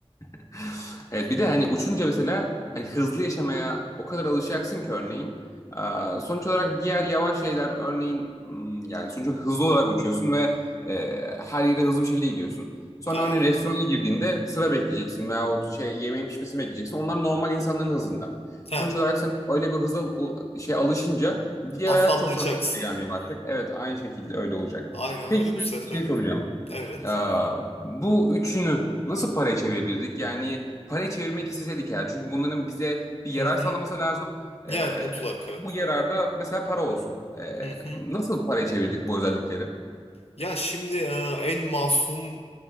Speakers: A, on the left (about 30°); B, on the left (about 70°).
A: <laughs> Evet bir de hani uçunca mesela hani hızlı yaşamaya o kadar alışacaksın ki örneğin. Ee, Sonuç olarak diğer yavaş şeyler örneğin hmm, yani sonuç olarak hızlı olarak uçuyorsun ve e, her yere hızlı bir şekilde gidiyorsun. Sonra
B: <laughs> Aynen.
A: örneğin restorana girdiğinde sıra bekleyeceksin veyahut şey yemeğin pişmesini bekleyeceksin. Onlar normal insanların hızında.
B: Ha,
A: Sonuç olarak sen öyle bir hıza u- şey alışınca diğer
B: afallayacaksın.
A: hayat çok sana sıkıcı gelmeye başlayacak. Evet aynı şekilde öyle olacak.
B: Aynen
A: Peki
B: öyle
A: size
B: bu sefer.
A: bir şey soracağım.
B: Evet.
A: Aa, bu üçünü nasıl paraya çevirebilirdik? Yani paraya çevirmek isteseydik eğer. Çünkü bunların bize bir yarar
B: Hı hı.
A: sağlaması lazım.
B: Yani
A: Ee,
B: mutlaka.
A: bu yararda mesela para olsun. Ee,
B: Hı hı.
A: nasıl paraya çevirdik bu özellikleri?
B: Ya şimdi e, en masum